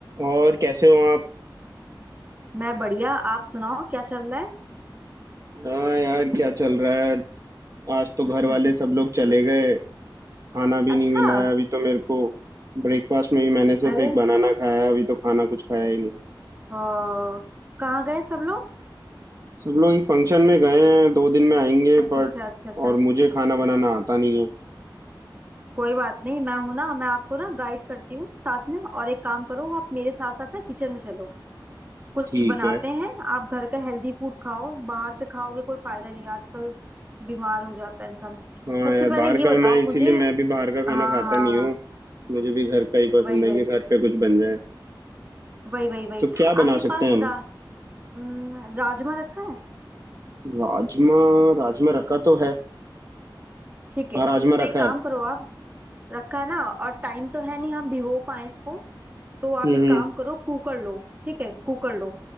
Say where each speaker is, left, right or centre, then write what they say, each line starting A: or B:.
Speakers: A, on the right (about 45°); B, on the right (about 25°).
A: और कैसे हो आप
B: मैं बढ़िया आप सुनाओ क्या चल रहा है
A: हाँ यार क्या चल रहा है आज तो
B: <laughs>
A: घर वाले सब लोग चले गए खाना भी
B: अच्छा
A: नहीं मिला है अभी तो मेरे को ब्रेकफास्ट में ही मैंने सिर्फ
B: अरे
A: एक बनाना खाया है अभी तो खाना कुछ खाया ही नहीं
B: ओ, कहाँ गए सब लोग
A: सब लोग एक फंक्शन में गए हैं दो दिन में आएंगे
B: अच्छा
A: बट
B: अच्छा अच्छा अच्छा
A: और मुझे खाना बनाना आता नहीं है
B: कोई बात नहीं मैं हूं ना मैं आपको ना गाइड करती हूँ साथ में और एक काम करो आप मेरे साथ साथ ना किचन में चलो कुछ
A: ठीक
B: बनाते
A: है
B: हैं आप घर का हेल्दी फूड खाओ बाहर से खाओगे कोई फायदा नहीं आजकल बीमार हो जाता है इंसान
A: हाँ
B: सबसे
A: यार
B: पहले
A: बाहर का
B: ये बताओ
A: मैं इसीलिए
B: मुझे
A: मैं भी बाहर का खाना
B: हाँ
A: खाता
B: हाँ
A: नहीं
B: हाँ
A: हूँ मुझे भी घर का ही पसंद
B: वही
A: है
B: वही
A: कि घर पे कुछ बन जाए
B: वही वही वही
A: तो क्या बना
B: आपके
A: सकते
B: पास
A: हैं हम
B: रा, अम, राजमा रखा है
A: राजमा राजमा रखा तो है
B: ठीक है
A: हाँ राजमा रखा
B: तो एक काम
A: है
B: करो आप रखा है ना और टाइम तो है नहीं हम भिगो पाए इसको तो आप
A: हम्म
B: एक
A: हम्म
B: काम करो कुकर लो ठीक है कुकर लो